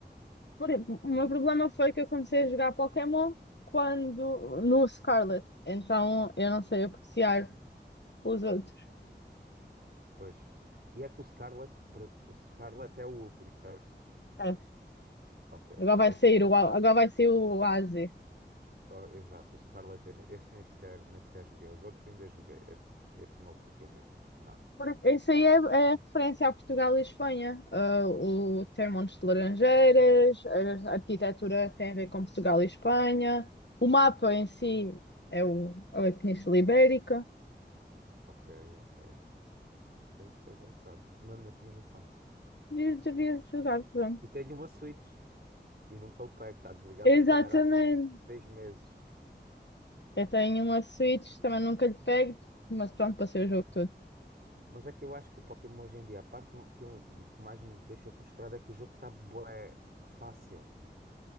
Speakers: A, on the left; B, on the right.
A: Por- O meu problema foi que eu comecei a jogar Pokémon quando no Scarlet, então eu não sei apreciar os outros.
B: Pois. E é que o Scarlet, pre- o Scarlet é o último, certo?
A: É.
B: Ok,
A: Agora
B: pronto.
A: vai sair
B: Esse, esse-
A: o A- agora vai sair o AZ.
B: oh, exato, o Scarlet, eu- esse nem sequer, nem sequer joguei. Os outros ainda joguei. Esse, esse não toquei mesmo. Nada,
A: Por-
B: zero.
A: Isso aí é, é referência a Portugal e Espanha. Ah, o tem montes de laranjeiras, a arquitetura tem a ver com Portugal e Espanha. O mapa em si é o, é a Península Ibérica.
B: Ok, ok. Isso, é- isso é engraçado. Não, não tinha noção.
A: Devias devias jogar, pronto.
B: E tenho uma Switch. E nunca o pego. Está desligada
A: Exatamente.
B: se calhar há 6 meses.
A: Eu tenho uma Switch, também nunca lhe pego, mas pronto, passei o jogo todo.
B: Mas é que eu acho que o Pokémon hoje em dia, a parte que eu, que mais me deixa frustrado é que o jogo está bué fácil.